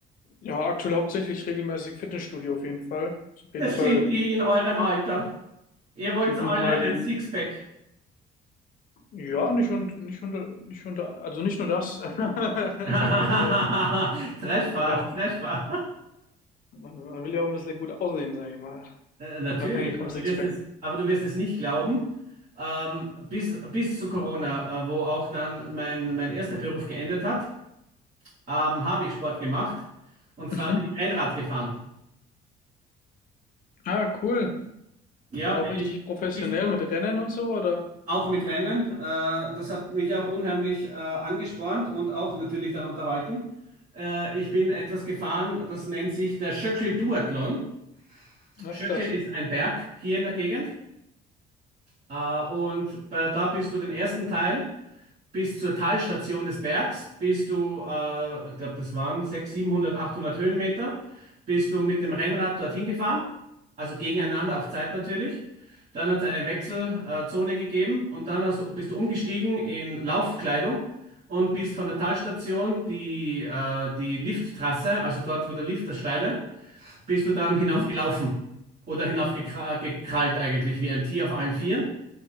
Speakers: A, on the left; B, on the right.
A: ja, aktuell hauptsächlich regelmäßig Fitnessstudio auf jeden Fall. Ist auf jeden
B: Das
A: Fall
B: sind die in eurem Alter. Ihr wollt
A: vier, fünf
B: alle
A: Mal die
B: ein Sixpack.
A: Ja, nicht, und, nicht unter, nicht unter, also nicht nur das, <laughs> sage
B: <laughs> Treffer,
A: ich mal so. Man will ja auch,
B: Treffer.
A: man, man will ja auch ein bisschen gut aussehen, sage ich mal.
B: Äh, Natürlich,
A: Unabhängig vom
B: aber
A: Sixpack.
B: du wirst es, aber du wirst es nicht glauben. Ähm, bis, bis zu Corona, äh, wo auch dann mein, mein erster Beruf geendet hat, ähm, habe ich Sport gemacht. Und zwar
A: Mhm.
B: bin ich Rennrad gefahren.
A: Ah, cool.
B: Ja,
A: Dann auch
B: bin
A: richtig
B: ich
A: professionell
B: bis zu,
A: mit Rennen und so, oder?
B: Auch mit Rennen. Äh, das hat mich auch unheimlich äh, angespornt und auch natürlich dann unterhalten. Äh, ich bin etwas gefahren, das nennt sich der Schöckl-Duathlon.
A: Ach,
B: Schöckl
A: krass.
B: ist ein Berg hier in der Gegend. Äh, und bei, da bist du den ersten Teil bis zur Talstation des Bergs bist du, äh, ich glaube, das waren 600, 700, 800 Höhenmeter, bist du mit dem Rennrad dorthin gefahren, also gegeneinander auf Zeit natürlich. Dann hat es eine Wechselzone äh, Zone gegeben und dann hast du, bist du umgestiegen in Laufkleidung und bist von der Talstation die, äh, die Lifttrasse, also dort, wo der Lift, das Steile, bist du dann hinaufgelaufen
A: Mhm.
B: oder hinaufgekrallt eigentlich wie ein Tier auf allen Vieren.